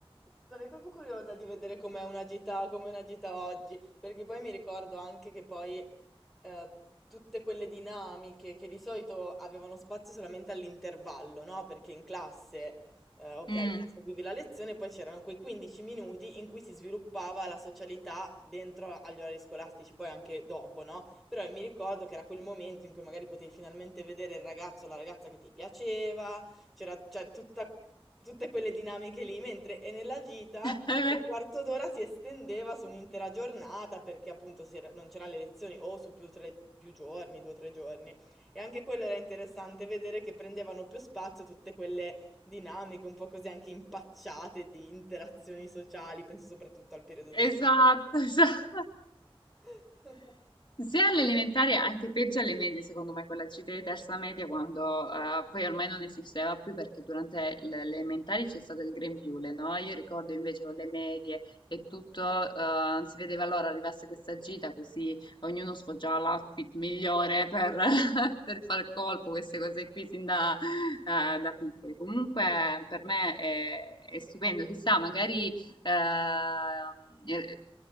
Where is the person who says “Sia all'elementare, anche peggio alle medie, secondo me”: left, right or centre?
Left